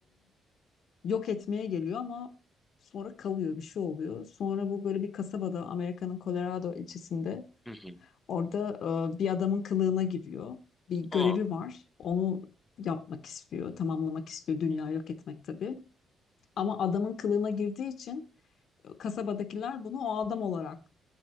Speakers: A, on the left; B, in the centre.
A: yok etmeye geliyor ama sonra kalıyor bir şey oluyor. Sonra bu böyle bir kasabada Amerika'nın Colorado ilçesinde
B: Hı hı.
A: orada e, bir adamın kılığına giriyor. Bir görevi
B: Aa.
A: var. Onu yapmak istiyor, tamamlamak istiyor. Dünya yok etmek tabii. Ama adamın kılığına girdiği için kasabadakiler bunu o adam olarak